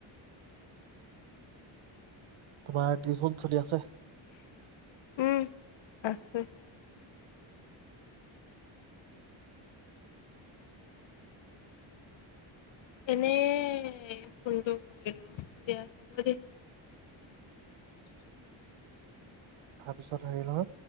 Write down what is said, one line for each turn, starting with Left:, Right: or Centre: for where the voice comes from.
Right: তোমাৰ টিউশন চলি আছে?
Left: উম, আছে। এনে ফোনটো কৰিলো দিয়া হ'ব দিয়া উ
Right: তাৰপিছত হেৰি লওঁ